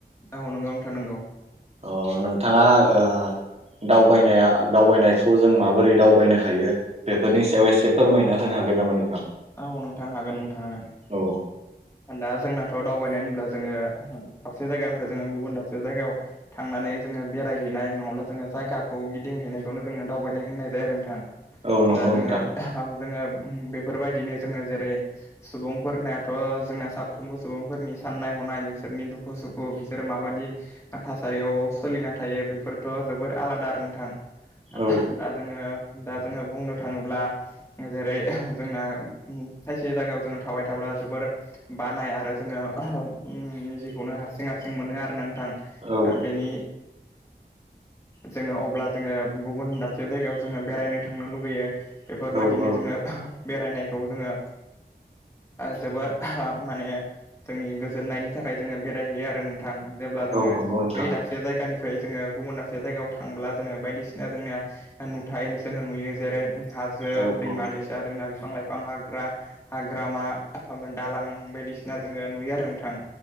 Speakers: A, on the left; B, on the right.
A: औ नंगौ नोंथां नंगौ
B: अ नोंथाङा ओ दावबायनाया दावबायनायखौ जों माबोरै दावबायनो हायो बेफोरनि सायाव एसे फोरमायना होनो हाग हागोन नामा नोंथां?
A: औ नोंथां हागोन नोंथां हागोन
B: औ
A: दा जोंनाथ' दावबायनाय होन्ला जोङो दाबसे जायगानिफ्राय जोङो गुबुन दाबसे जायगायाव थांनानै नै जोङो बेरायह हैैनाय नङाब्ला जोङो जायाखौ गिदिंह हैनायखौनो जोङो दावबायनाय होननाय जायो आरो नोंथां
B: औ नंगौ
A: दा जोङो
B: नोंथां
A: जोङो बेफोरबायदिनो जोङो जेरै सुबुंफोरना थ जोंना साफ्रोमबो सुबुंफोरनि साननाय हनाय बिसोरनि दुखु सुखु बिसोरो माबायदि थास रियाव सोलिना थायो बेफोरथ' जोबोर आलादा नोंथां
B: औ
A: आ दा जोङो दा जोङो बुंनो थाङोब्ला जेरै जोंना खायसे जायगायाव जोङो थाबाय थाब्ला जोबोर बानाय आरो जोङो ओम बेखौनो हारसिं हारसिं मोनो आरो नोंथां
B: औ
A: बेनि जोङो अब्ला जोङो गुबुन दाबसे जायगायाव जोङो बेरायनो थांनो लुुबैयो बेफोरबायदिनो
B: औ औ
A: जोङो बेरायनायखौ जोङो ओ जोबोर माने जोंनि गोजोननायनि थाखाय जोङो बेरायहैयो आरो नों थां जेब्ला जोङो
B: औ नंगौ नोंथां
A: बे दाबसे जायगानि फ्राय जोङो गुबुन दाबसे जायगायाव थांब्ला जोङो बायदिसिना जोंना नुथाय जोङो नुयो जेरै हाजो
B: औ
A: दैमा
B: औ
A: दैसा रोंना बिफां लाइफां हाग्रा हाग्रामा दालां बायदिसिना जोङो नुयो आरो नोंथां